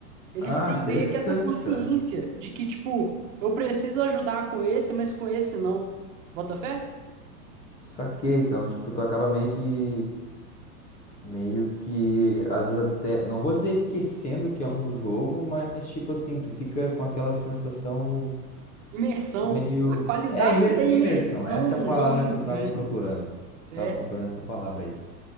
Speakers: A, on the right; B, on the left.
A: Eles
B: Ah,
A: têm
B: interessante,
A: meio que essa consciência
B: cara.
A: de que, tipo, eu preciso ajudar com esse, mas com esse não. Bota fé?
B: Saquei, então, tipo, tu acaba meio que, meio que, às vezes até, não vou dizer esquecendo que é um jogo, mas, tipo assim, tu fica com aquela sensação
A: Imersão.
B: meio,
A: A qualidade
B: é, imer-
A: da
B: imersão,
A: imersão
B: essa
A: no
B: é a palavra
A: jogo é muito
B: que eu tava
A: grande,
B: procurando,
A: velho. É.
B: tava procurando essa palavra aí.